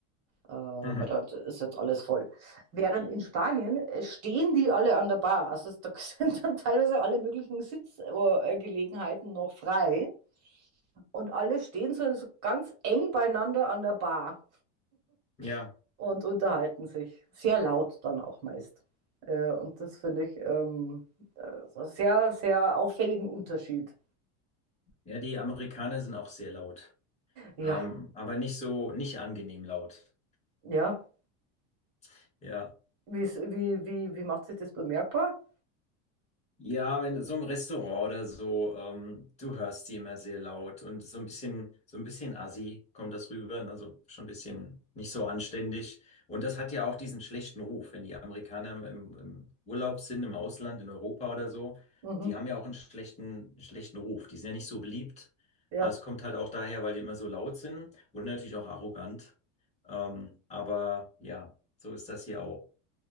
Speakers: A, on the right; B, on the left.
A: Äh, weil
B: Mhm.
A: da ist jetzt alles voll. Während in Spanien äh, stehen die alle an der Bar. Also es- da <laughs> sind dann teilweise alle möglichen Sitzgelegenheiten noch frei. Und alle stehen so, so ganz eng beieinander an der Bar
B: Ja.
A: <laughs> und unterhalten sich. Sehr laut dann auch meist. Äh, und das finde ich ähm, äh, so einen sehr, sehr auffälligen Unterschied.
B: Ja, die Amerikaner sind auch sehr laut.
A: Ja,
B: Ähm, aber nicht so, nicht angenehm laut.
A: ja.
B: <laughs> Ja.
A: Wie's, wie, wie, wie macht sich das bemerkbar?
B: Ja, wenn du so im Restaurant oder so, ähm, du hörst die immer sehr laut und so ein bisschen, so ein bisschen assi kommt das rüber, ne, also schon ein bisschen nicht so anständig. Und das hat ja auch diesen schlechten Ruf, wenn die Amerikaner im, im im Urlaub sind, im Ausland, in Europa oder so,
A: Mhm.
B: die haben ja auch einen schlechten, einen schlechten Ruf. Die sind ja nicht so beliebt.
A: Ja.
B: Äh, Es kommt halt auch daher, weil die immer so laut sind und natürlich auch arrogant. Ähm, aber ja, so ist das hier auch.